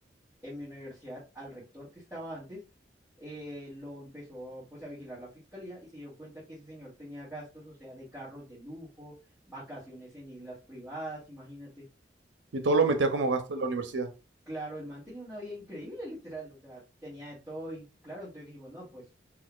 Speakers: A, in the centre; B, on the right.
A: en mi universidad al rector que estaba antes, eh, lo empezó pues a vigilar la fiscalía y se dio cuenta que ese señor tenía gastos, o sea, de carros de lujo, vacaciones en islas privadas, imagínate.
B: y todo lo metía como gasto de la universidad.
A: Claro, el man tenía una vida increíble, <laughs> literal, o sea, tenía de todo y claro, entonces dijimos, no, pues